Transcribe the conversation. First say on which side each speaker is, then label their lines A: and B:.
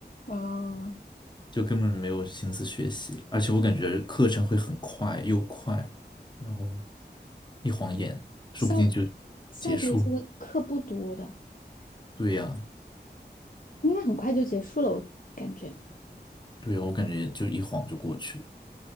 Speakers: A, on the left; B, on the left.
A: 啊，
B: 就根本没有心思学习了。而且我感觉课程会很快又快，然后一晃眼，说不定就
A: 下下学期的课不多的，
B: 结束。对呀，
A: 应该很快就结束了，我感觉。
B: 对呀，我感觉就一晃就过去了。